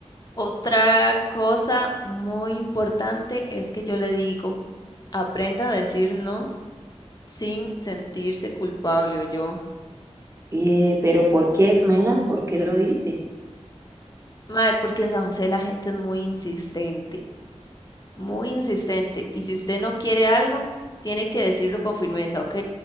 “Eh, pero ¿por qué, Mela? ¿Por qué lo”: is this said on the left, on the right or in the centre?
Right